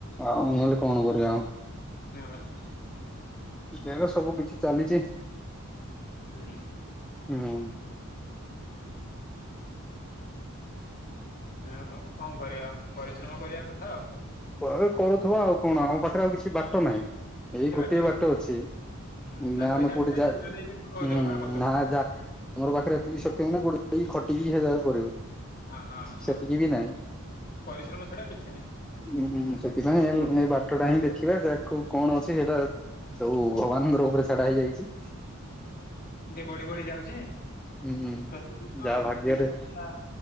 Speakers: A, in the centre; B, on the left.
A: ଆଉ ନହେଲେ କଣ କରିବା ଆଉ।
B: ହଁ ପରା।
A: ଦେହ ସବୁ କିଛି ଚାଲିଚି।
B: ହୁଁ।
A: ନାଇ
B: ହଁ ହଉ କଣ କରିବା ପରିଶ୍ରମ କରିବା କଥା ଆଉ।
A: କୁଆଡୁ କରୁଥୁବା ଆଉ କଣ ଆମ ପାଖରେ ଆଉ କିଛି ବାଟ ନାହିଁ,
B: କିଛି
A: ଏଇ ଗୋଟିଏ
B: ନାହିଁ।
A: ବାଟ ଅଛି।
B: ହୁଁ
A: ନା
B: ପଇସା
A: ଆମେ କୋଉଠି
B: ଆସିଲେ
A: ଯା,
B: ମେଞ୍ଚେ ଦେଇକି ତୁ
A: ହୁଁ,
B: ଜବ୍ ଟା କରିଦବୁ
A: ନା ଯା ଆମର ପାଖରେ ଏତିକି ସକ୍ଷମ ନା କୋଉଠି ଯାଇକି ଖଟିକି ହେଟା ଆମେ କରିବୁ।
B: ହଁ ହଁ ହଁ।
A: ସେତିକି ବି ନହିଁ
B: ପରିଶ୍ରମ ଛଡା କିଛି ନାହିଁ
A: ହୁଁ ସେଥିପାଇଁ
B: ଫଟୋ
A: ଏ ବାଟ ଟା
B: ଫଟୋ
A: ହିଁ ଦେଖିବା ଯାହାକୁ କଣ ଅଛି ହେଟା ସବୁ ଭଗବାନଙ୍କର ଉପରେ ଛଡା ହେଇଯାଇଚି।
B: ବଢି ବଢି ଯାଉଚି?
A: ହୁଁ।
B: ପ୍ରତିଦିନ
A: ଯାହା ଭାଗ୍ୟରେ
B: ପିଲା ସଂଖ୍ୟା